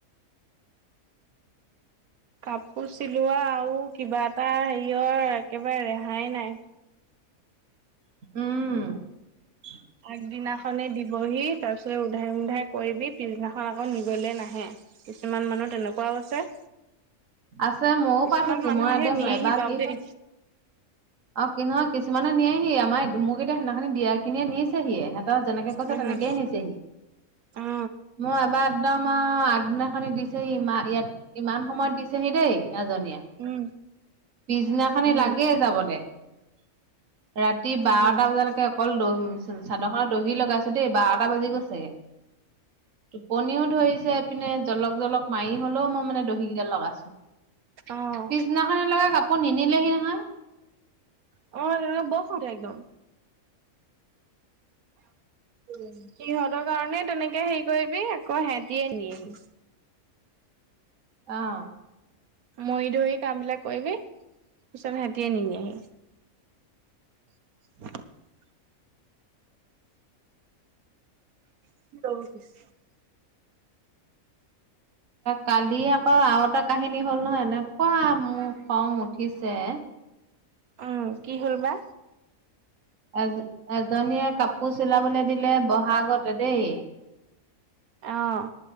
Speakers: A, on the right; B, on the right.
A: <inaudible>
B: কাপোৰ চিলোৱা আৰু কিবা এটা হেৰিয়ৰ, একেবাৰে ৰেহাই নাই।
A: উম! <unintelligible>
B: আগদিনাখনে, দিবহি। তাৰপিছত, উধাই-মুধাই কৰিবি, পিছদিনাখন আকৌ নিবলে নাহে। কিছুমান মানুহ তেনেকুৱাও আছে।
A: আছে, মইও
B: কিছুমান
A: পাই থৈছোঁ।
B: মানুহে
A: মই একদম,
B: নিয়েহি
A: এবাৰ
B: বাৰু
A: কি
B: দেই
A: হ'ল? অ'! কি হয়, কিছুমানে নিয়েহি। আমাৰ, মোক এতিয়া, সেইদিনা খিনি দিয়া খিনিয়ে নিছেহিয়ে। হেঁতৰ যেনেকে কৈছে,
B: উম
A: তেনেকে নিছেহি।
B: অ
A: মোৰ এবাৰ, একদম আৰু আগনাখনি দিছেহি, <unintelligible> ইয়াত। ইমান সময়ত দিছেহি দেই, এজনীয়ে।
B: উম
A: পিছদিনাখনি,
B: উম
A: লাগেই যাবলে। ৰাতি
B: অ',
A: বাৰটা
B: উম,
A: বজালৈকে, অকল দহ, চাদৰখনত দহি লগাইছোঁ দেই, বাৰটা বাজি গৈছেগে। টোপনিও ধৰিছে ইপিনে, জলক-জলক মাৰি হ'লেও, মই মানে, দহি কেইটা লগাইছোঁ।
B: অ',
A: পিছদিনাখনে লগাই, কাপোৰ নিনিলেহি নহয়।
B: অ'! <unintelligible> একদম। উম! সিহঁতৰ কাৰণে, তেনেকে হেৰি কৰিবি, আকৌ, সেহঁতিয়ে নিয়ে।
A: অ'!
B: মৰি-ধৰি কামবিলাক কৰিবি! পিছত, সিহঁতিয়ে নিনিয়েহি। <unintelligible> <unintelligible>
A: কালি আকৌ, আৰু এটা কাহিনী হ'ল নহয়! এনেকুৱা মোৰ খং উঠিছে।
B: উম! কি হ'ল বা?
A: এজ, এজনীয়ে কাপোৰ চিলাবলৈ দিলে, বহাগতে দেই।
B: অ',